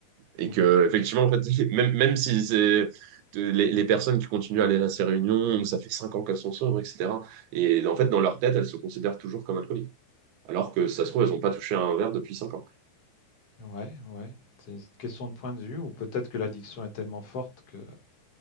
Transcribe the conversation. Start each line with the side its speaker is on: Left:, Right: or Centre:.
Right: Et
Left: Mmh
Right: que, effectivement, en fait, <laughs> même, même si c'est. Les, les personnes qui continuent à aller à ces réunions, ça fait cinq ans qu'elles sont sobres, etc. Et en fait, dans leur tête, elles se considèrent toujours comme alcooliques alors que si ça se trouve, elles n'ont pas touché un verre depuis 5 ans.
Left: Ouais, ouais. C'est une question de point de vue ou peut-être que l'addiction est tellement forte que,